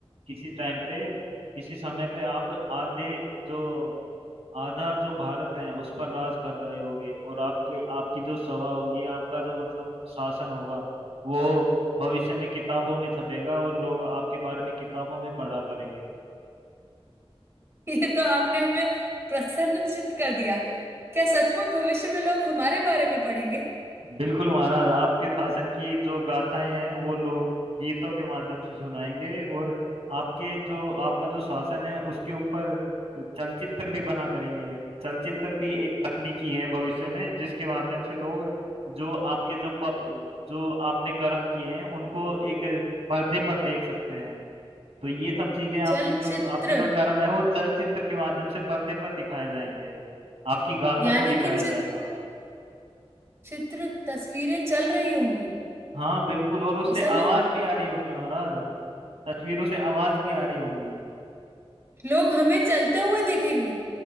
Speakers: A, on the right (about 75°); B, on the right (about 25°).
A: किसी टाइम पे किसी समय पे आप आधे जो आधा जो भारत है उस पर राज कर रहे होगे और आपके आपकी जो सभा होगी आपका जो मतलब शासन होगा वो भविष्य में किताबों में छपेगा और लोग आपके बारे में किताबों में पढ़ा करेंगे
B: <laughs> ये तो आपने हमें प्रसन्नचित्त कर दिया क्या सचमुच भविष्य में लोग हमारे बारे में पढ़ेंगे
A: बिल्कुल महाराज आपके शासन की जो गाथाएं हैं वो लोग गीतों के माध्यम से सुनाएंगे और आपके जो आपका जो शासन है उसके ऊपर चलचित्र भी बना करेंगे चलचित्र भी एक तकनीकी है भविष्य में जिसके माध्यम से लोग जो आपके जो प, जो आपने कर्म किए हैं उनको एक पर्दे पर देख सकते हैं तो ये सब चीजें आपकी
B: चलचित्र
A: जो आपके जो कर्म है वो चलचित्र के माध्यम से पर्दे पर दिखाए जाएंगे आपकी गाथा
B: यानी
A: को दिखाया
B: कि चित,
A: जाएगा
B: चित्र तस्वीरें चल रही होंगी
A: हाँ बिल्कुल और उससे
B: ऐसा भी
A: आवाज भी आ रही होंगी महाराज तस्वीरों से आवाज भी आ रही होंगी
B: लोग हमें चलते हुए देखेंगे